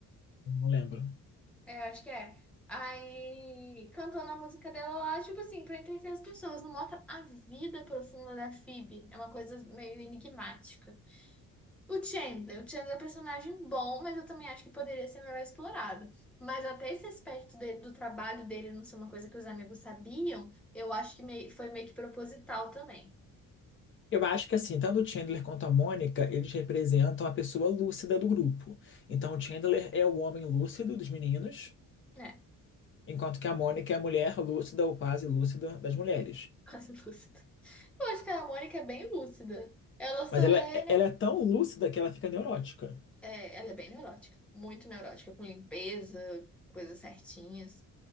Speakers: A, on the left; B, in the centre.
A: Não lembro.
B: É, acho que é. Aí, cantando a música dela lá, tipo assim, pra entreter as pessoas, não mostra a vida profunda da Phoebe. É uma coisa meio enigmática. O Chandler, o Chandler é um personagem bom, mas eu também acho que poderia ser melhor explorado. Mas até esse aspecto dele, do trabalho dele não ser uma coisa que os amigos sabiam, eu acho que meio- foi meio que proposital também.
A: Eu acho que assim, tanto o Chandler quanto a Mônica, eles representam a pessoa lúcida do grupo. Então, o Chandler é o homem lúcido dos meninos,
B: É, <laughs>
A: enquanto que a Mônica é a mulher lúcida ou quase lúcida das mulheres.
B: quase lúcido. Eu acho que a Mônica é bem lúcida. Ela só
A: Mas
B: é.
A: ela,
B: né,
A: ela é tão lúcida que ela fica neurótica.
B: É, ela é bem neurótica, muito neurótica, com limpeza, coisas certinhas.